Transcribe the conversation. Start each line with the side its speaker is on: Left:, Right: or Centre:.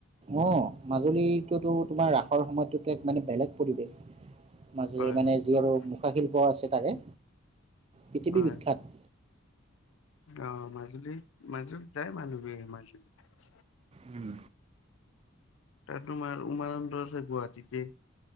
Right: অ, মাজুলীটোতো তোমাৰ ৰাসৰ সময়ততো এক মানে বেলেগ পৰিৱেশ৷ মাজুলী
Left: হয়
Right: মানে
Left: হয়
Right: যি
Left: হয়
Right: আৰু মুখা শিল্প আছে তাৰে পৃথিৱী
Left: হয়
Right: বিখ্যাত৷
Left: অ, মাজুলীত, মাজুলীত যায় মানুহবোৰে মাজুলীত
Right: উম
Left: তাত তোমাৰ উমানন্দ আছে গুৱাহাটীতে৷